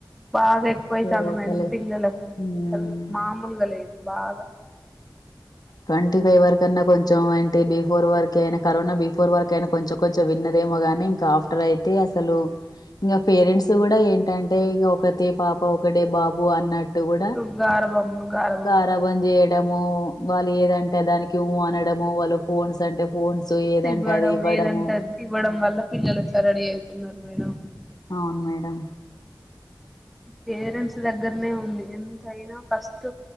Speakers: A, in the centre; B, on the left.
A: బాగా ఎక్కువైతాంది
B: టోటల్
A: మేడం పిల్లలకు
B: ఉమ్
A: అసలు మామూలుగా లేదు బాగా
B: ట్వంటీ ఫైవ్ వరకన్నా కొంచం అంటే బిఫోర్ వరకు అయినా కరోనా బిఫోర్ వరకు అయినా కొంచం కొంచం విన్నది ఏమో గాని ఇంకా ఆఫ్టర్ అయితే అసలు ఇంగ పేరెంట్స్ కూడా ఏంటంటే ఇగ ఒకతే పాప ఒకడే బాబు అన్నట్ ట్టు కూడా
A: చుట్టూ గారభము గారభంతో
B: గారాబం చేయడము వాళ్ళు ఏదంటే దానికి ఉ అనడము వాళ్ళు ఫోన్స్ అంటే ఫోన్స్ ఏదంటే
A: ఇవ్వడం
B: అది ఇవ్వడము.
A: ఏదంటే అది ఇవ్వడం
B: హ్మ్.
A: వల్ల పిల్లలు అట్లా రెడీ అవుతున్నారు మేడం
B: అవున్ మేడం
A: పేరెంట్స్ దగ్గరనే
B: హ్మ్.
A: ఉంది ఎంతయినా ఫస్ట్